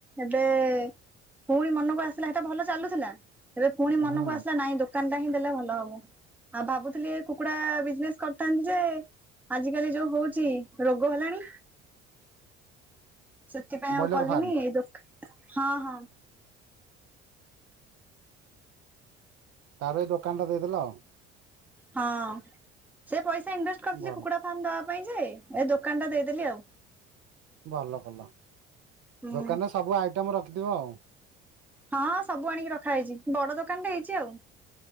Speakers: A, in the centre; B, on the right.
A: ଏବେ ପୁଣି ମନକୁ ଆସିଲା ସେଟା ଭଲ ଚାଲୁଥିଲା। ଏବେ ପୁଣି ମନକୁ
B: ହୁଁ
A: ଆସିଲା ନାଇଁ ଦୋକାନ ଟା ହିଁ ଦେଲେ ଭଲ ହବ। ଆଉ ଭାବୁଥିଲି କୁକୁଡା ବିଜନେସ କରିଥାନ୍ତି ଯେ ଆଜ କାଲି ଯୋଉ ହଉଛି ରୋଗ ହେଲାଣି। ସେଥିପାଇଁ
B: ବ୍ରଏଲର
A: ଆଉ କଲିନି
B: ଫାର୍ମ
A: ଏ ଦୋକ ହଁ ହଁ
B: ତାର ଏଇ ଦୋକାନ ଟା ଦେଇଦେ ଆଉ
A: ହଁ ସେ ପଇସା ଇନଭେଷ୍ଟ କରିଥିଲି
B: ଭଲ
A: କୁକୁଡ଼ା ଫାର୍ମ ଦବା ପାଇଁ ଯେ ଏ ଦୋକାନ ଟା ଦେଇଦେଲି ଆଉ
B: ଭଲ କଲ
A: ହୁଁ।
B: ଦୋକାନରେ ସବୁ ଆଇଟମ୍ ରଖିଥିବ ଆଉ
A: ହଁ ହଁ ସବୁ ଆଣିକି ରଖା ହେଇଛି ବଡ ଦୋକାନ ହେଇଛି ଆଉ